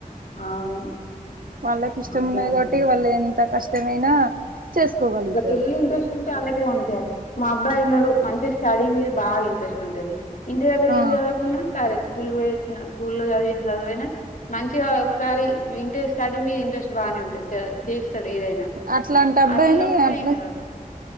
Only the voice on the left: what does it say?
అవును
నాకే
అసలు
అడి పెళ్లేంటి వుంటే వాళ్ళకే ఉంటారు మా అబ్బాయి ఉన్నాడు మంచి స్టడీ మీద బాగా ఇంట్రెస్ట్ ఉంటది. ఇంటి దగ్గర
ఏం చదువుకున్నా సరే స్కూల్ పోయోచ్చిన స్కూల్లో చదివిన చదువైనా మంచిగా ఒకసారి వింటే స్టడి మీద ఇంట్రెస్ట్ బాగానే ఉంటది చేస్తాడు ఏదైనా
అట్లా ఉంటే
ఏం కాదు